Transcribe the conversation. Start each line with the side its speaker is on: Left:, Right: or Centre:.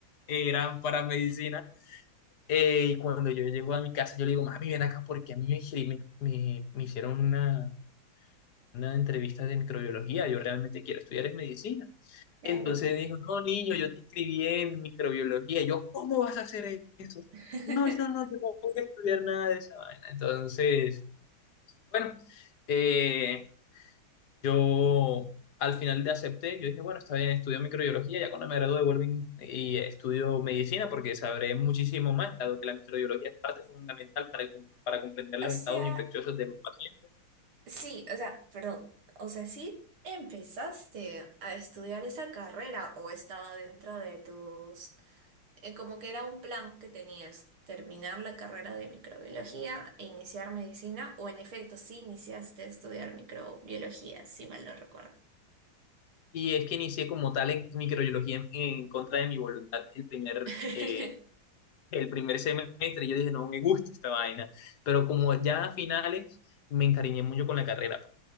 Left: eran para medicina eh, y cuando yo llego a mi casa, yo le digo, mami, ven acá porque a mí me, hicieron- me, me- me hicieron una, una entrevista de microbiología, yo realmente quiero estudiar es medicina.
Right: claro.
Left: Entonces me dijo, no, niño, yo te inscribí en microbiología. Yo, ¿cómo vas a hacer eso?
Right: <laughs>
Left: No, yo no, yo no voy a estudiar nada de esa vaina. Entonces, bueno, eh, yo al final le acepté, yo dije, bueno, está bien, estudio microbiología, ya cuando me gradúe vuelvo y y estudio medicina porque sabré muchísimo más, dado que la microbiología es parte fundamental para, el com- para comprender los
Right: O sea,
Left: estados infecciosos de los pacientes.
Right: Sí, o sea, perdón, o sea, sí empezaste a estudiar esa carrera o estaba dentro de tus, eh, como que era un plan que tenías, terminar la carrera de microbiología e iniciar medicina, o en efecto, sí iniciaste a estudiar microbiología, si mal no recuerdo.
Left: Y es que inicié como tal en microbiología en, en contra de mi voluntad el primer,
Right: <laughs>
Left: eh, el primer semestre. Yo dije, no me gusta esta vaina, pero como ya a finales me encariñé mucho con la carrera.